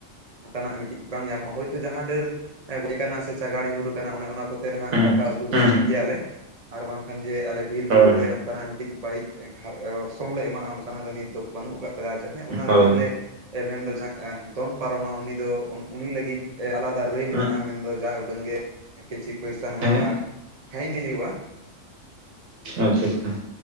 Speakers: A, on the right; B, on the right.
A: ᱚᱱᱠᱟᱱᱟᱜ ᱢᱤᱫᱴᱤᱡ ᱵᱟᱝ ᱧᱟᱢᱚᱜ-ᱟ ᱦᱳᱭᱛᱳ ᱡᱟᱦᱟᱸ ᱰᱟᱹᱨ ᱜᱚᱡ ᱟᱠᱟᱱᱟ ᱥᱮ ᱪᱟᱸᱜᱟᱲ ᱧᱩᱨ ᱟᱠᱟᱱᱟ ᱚᱱᱮ ᱚᱱᱟ ᱠᱚᱛᱮ ᱦᱟᱜ
B: ᱦᱩᱸ ᱦᱩᱸ ᱦᱩᱸ
A: ᱫᱟᱠᱟ ᱩᱛᱩ ᱫᱚ ᱤᱥᱤᱱ
B: ᱦᱩᱸ
A: ᱜᱮᱭᱟᱞᱮ ᱟᱨ ᱵᱟᱝᱠᱷᱟᱱ ᱡᱮ ᱟᱞᱮ ᱵᱤᱨ
B: ᱦᱳᱭ
A: ᱵᱩᱨᱮ ᱚᱱᱠᱟᱱᱟᱜ ᱢᱤᱫᱴᱤᱡ ᱵᱟᱹᱲᱤᱡ ᱜᱷᱟ ᱚᱨᱥᱚᱝ ᱞᱮ ᱮᱢᱟᱜ-ᱟ ᱚᱱᱠᱟᱱᱟᱜ ᱫᱚ ᱱᱤᱛ ᱫᱚ ᱵᱟᱹᱱᱩᱜ ᱟᱠᱟᱫ ᱛᱮ ᱡᱟᱦᱟᱸᱭ ᱚᱱᱟ
B: ᱦᱳᱭ
A: ᱨᱩᱞ ᱞᱮ ᱢᱮᱱᱫᱟ ᱫᱚᱱ ᱯᱟᱨᱚᱢᱟ ᱩᱱᱤ ᱫᱚ ᱩᱱᱤ ᱞᱟᱹᱜᱤᱫ ᱟᱞᱟᱫᱟ ᱨᱟᱹᱭ ᱢᱮᱱᱟᱜᱼᱟ
B: ᱦᱳᱭ
A: ᱢᱮᱱᱫᱚ ᱡᱟ ᱩᱰᱟᱹᱝ ᱜᱮ ᱠᱤᱪᱷᱤ ᱯᱚᱭᱥᱟ ᱱᱟᱦᱟᱜ
B: ᱦᱮᱸ
A: ᱯᱷᱟᱭᱤᱱ ᱮ ᱦᱩᱭᱩᱜᱼᱟ
B: ᱟᱪᱪᱷᱟ ᱟᱪᱪᱷᱟ